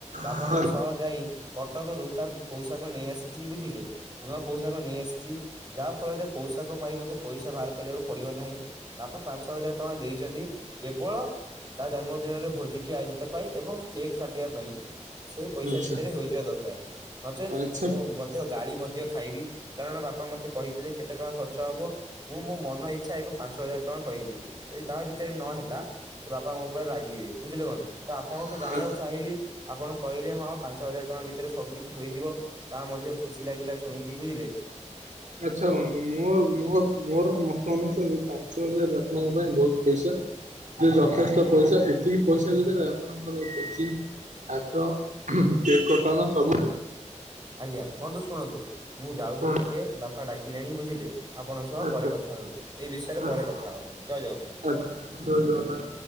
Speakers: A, on the right; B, on the right.
A: ବାପାଙ୍କ
B: କୁହନ୍ତୁ
A: ସହ ଯାଇ କଟକରୁ ତା ପୋଷାକ ନେଇ ଆସିଛି, ବୁଝିଲେ ନୂଆ ପୋଷାକ ନେଇ ଆସିଛି। ଯାହା ଫଳରେ ପୌଷାକ ପାଇଁ ମତେ ପଇସା ବାହାର କରିବାକୁ ପଡିବ ନାହିଁ। ବାପା ପାଞ୍ଚ ହଜାର ଟଙ୍କା ଦେଇଚନ୍ତି, କେବଳ ତା ଜନ୍ମଦିନରେ ଭୋଜିଟି ଆୟୋଜିତ ପାଇଁ, ଏବଂ କେକ୍ କାଟିବା ପାଇଁ। ସେ ପଇସା
B: ଆଚ୍ଛା
A: ଭିତରେ ହୋଇଯିବା ଦରକାର, ନଚେତ
B: ଆଚ୍ଛା
A: ମୁଁ ମଧ୍ୟ ଗାଳି ମଧ୍ୟ ଖାଇବି। କାରଣ ବାପା ମତେ କହିଥିଲେ କେତେ ଟଙ୍କା ଖର୍ଚ୍ଚ ହବ? ମୁଁ ମୋ ମନ ଇଚ୍ଛା ଏକ ପାଞ୍ଚ ହଜାର ଟଙ୍କା କହିଚି, ଯଦି ତା ଭିତରେ ନହେଲା ତ ବାପା ମୋ ଉପରେ ରାଗିବେ ବୁଝିଲେ ବନ୍ଧୁ, ତ ଆପଣଙ୍କୁ
B: ଆ
A: ଜାଣିଆକୁ ଚାହିଁଲିି। ଆପଣ କହିଲେ ହଁ ପାଞ୍ଚ ହଜାର ଟଙ୍କା ଭିତରେ ସ ସବୁ କିିଛି ହୋଇଯିବ, ତା ମଧ୍ୟ ଖୁସି ଲାଗିଲା ଶୁଣିକି ବୁଝିଲେ।
B: ଆଚ୍ଛା ବନ୍ଧୁ ମୋର ମୋ ମୋର ମତ ଅନୁସାରେ, ପାଞ୍ଚ ହଜାର ଆପଣଙ୍କ ପାଇଁ ବହୁତ ପଇସା। ଯେ
A: ଆଜ୍ଞା
B: ଯଥେଷ୍ଟ ପଇସା, ଏତିକି ପଇସା ଭିତରେ ଆପଣଙ୍କର ଭୋଜି ଭାତ, କେକ୍ କଟଣ ସବୁ ହୋ
A: ଆଜ୍ଞା ବନ୍ଧୁ ଶୁଣନ୍ତୁ, ମୁଁ ଯାଉଛି
B: କୁହନ୍ତୁ
A: ଟିକେ ବାପା ଡାକିଲେଣି ବୁଝିଲେ। ଆପଣଙ୍କ ସହ
B: ଆଚ୍ଛା
A: ପରେ କଥା ହଉଛି, ଏଇ ବିଷୟରେ
B: ଆଚ୍ଛା
A: ପରେ କଥା ହବା ବନ୍ଧୁ ଜୟ ଜଗନ୍ନାଥ।
B: ଆଚ୍ଛା ଜୟ ଜଗନ୍ନାଥ।